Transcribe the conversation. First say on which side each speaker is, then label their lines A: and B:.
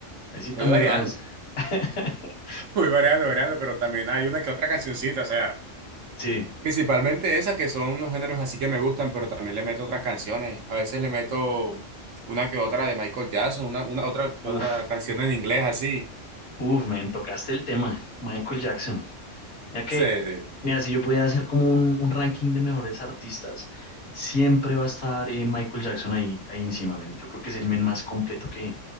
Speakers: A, on the left (about 65°); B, on the right (about 85°).
A: Ahí sí estamos
B: Voy variando.
A: graves. <laughs>
B: Muy variado, variado, pero también hay una que otra cancioncita, o sea,
A: Sí.
B: principalmente esas que son los géneros así que me gustan, pero también le meto otras canciones. A veces le meto una que otra de Michael Jackson, una, una otra que
A: Uf.
B: otra canción en inglés así.
A: Uf, me tocaste el tema. Michael Jackson. Ya que,
B: Sí, sí.
A: mira, si yo pudiera hacer como un, un ranking de mejores artistas, siempre va a estar eh, Michael Jackson ahí, ahí encima, men. Yo creo que es el men más completo que,